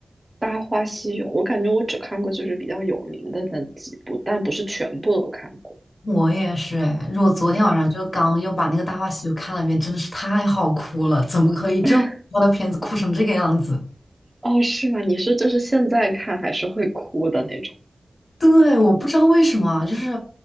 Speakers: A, on the right (about 20°); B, on the left (about 60°).
A: 《大话西游》。我感觉我只看过就是比较有名的那几部，但不是全部都看过。
B: 我也是哎，我昨天晚上就刚又把那个《大话西游》看了一遍，真的是太好哭了！怎么可以这么糟的片子哭成这个样子？
A: <laughs> 哦，是吗？你是就是现在看还是会哭的那种？
B: 对，我不知道为什么啊，就是